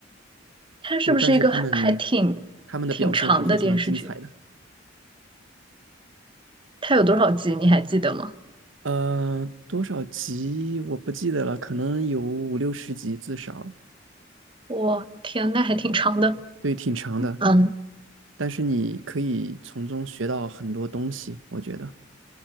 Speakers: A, on the right; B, on the right.
A: 它是不是一个还还挺挺长的电视剧？
B: 就但是他们他们的表现是非常精彩的。
A: 它有多少集？你还记得吗？
B: 呃，多少集我不记得了，可能有五六十集至少，
A: 我天，那还挺长的。
B: 对，挺长的。
A: 嗯
B: 但是你可以从中学到很多东西，我觉得。